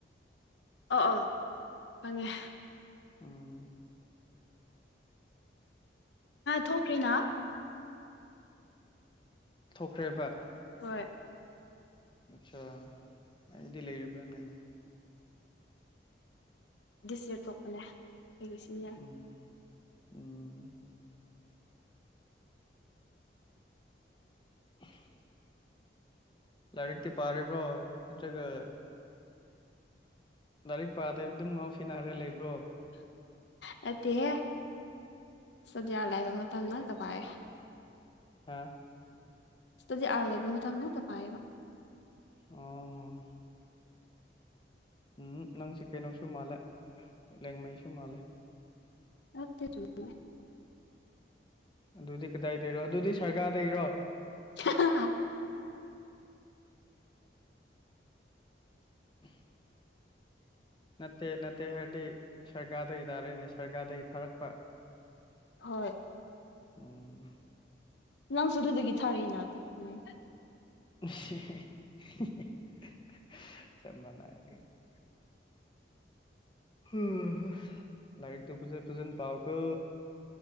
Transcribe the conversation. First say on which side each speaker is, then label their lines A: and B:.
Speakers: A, on the left (about 75°); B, on the left (about 25°).
A: ꯑꯣ ꯑꯣꯥ ꯐꯪꯉꯦ
B: ꯑꯥ
A: ꯑ ꯊꯣꯛꯈ꯭ꯔꯤꯅꯥ
B: ꯊꯣꯛꯈ꯭ꯔꯦꯕ
A: ꯍꯣꯏ
B: ꯑꯠꯆꯥ ꯑꯩꯗꯤ ꯂꯩꯔꯤꯕ꯭ꯔꯥꯅꯅꯦ
A: ꯗꯤꯁꯖꯔ ꯀꯣꯛꯄꯅꯦ ꯂꯩꯒꯁꯤꯟ ꯌꯥꯦ
B: ꯎꯝ ꯎꯝ <inaudible> ꯂꯥꯏꯔꯤꯛꯇꯤ ꯄꯥꯔꯤꯕ꯭ꯔꯣ ꯅꯠꯇ꯭ꯔꯒ ꯂꯥꯏꯔꯤꯛ ꯄꯥꯗꯕꯤ ꯑꯗꯨꯝ ꯉꯥꯎꯁꯦꯟꯅꯈ꯭ꯔꯦ ꯂꯩꯕ꯭ꯔꯣ
A: ꯅꯠꯇꯦꯍꯦ ꯁꯗꯤꯌꯥ ꯂꯩꯥꯏꯕ ꯃꯇꯝ ꯅꯛꯇ ꯄꯥꯏꯑꯦ
B: ꯍꯥꯥ
A: ꯁꯤꯇꯗꯤ ꯑꯥꯔ ꯂꯩꯕ ꯃꯇꯝꯗꯛꯇ ꯄꯥꯏꯌꯦꯕ
B: ꯑꯣ ꯎꯝ ꯅꯪꯁꯤ ꯀꯩꯅꯣꯁꯨ ꯃꯥꯜꯂꯦ ꯂꯦꯡꯉꯩꯁꯨ ꯃꯥꯜꯂꯦ
A: ꯂꯥꯛꯇ ꯆꯃꯦ
B: ꯑꯗꯨꯗꯤ ꯀꯗꯥꯏꯗꯒꯤꯩꯔꯣ ꯑꯗꯨꯗꯤ ꯁꯔꯒꯥꯥꯔꯗꯩꯔꯣ
A: ꯑ
B: <unintelligible> ꯅꯠꯇꯦ ꯅꯠꯇꯦ ꯍꯥꯏꯔꯗꯤ ꯁꯔꯒꯥꯔꯗꯩ ꯇꯥꯔꯦꯅꯦ ꯁꯔꯒꯥꯔꯗꯒꯤ ꯊꯥꯔꯛꯄ
A: ꯍꯣꯏ
B: ꯎꯝ
A: ꯅꯪꯁꯨ ꯑꯗꯨꯗꯒꯤ ꯊꯥꯔꯛꯏꯅ <unintelligible>
B: <unintelligible> <unintelligible> ꯂꯥꯏꯔꯤꯛꯇꯨ ꯐꯖ ꯐꯖꯅ ꯄꯥꯎꯀꯣ